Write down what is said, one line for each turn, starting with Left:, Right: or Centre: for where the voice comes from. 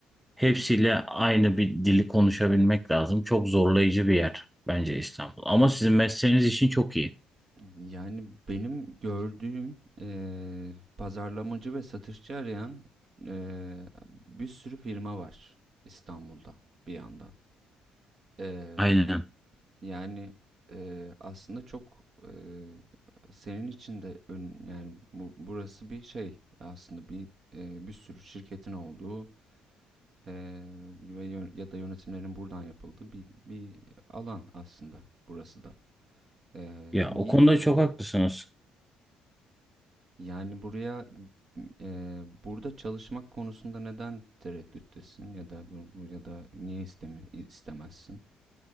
Centre: Hepsiyle aynı bir dili konuşabilmek lazım. Çok zorlayıcı bir yer bence İstanbul. Ama sizin mesleğiniz için çok iyi.
Right: Yani benim gördüğüm e, pazarlamacı ve satışçı arayan e, bir sürü firma var İstanbul'da bir yandan. E,
Centre: Aynen.
Right: Yani eee, aslında çok eee, senin için de ön, yani bu, burası bir şey aslında bir eee, bir sürü şirketin olduğu eee, ve yön- ya da yönetimlerin buradan yapıldığı bir bir alan aslında burası da. Eee,
Centre: Ya
Right: ni
Centre: o konuda çok haklısınız.
Right: yani buraya eee, burada çalışmak konusunda neden tereddüttesin ya da ya da niye istemi, istemezsin?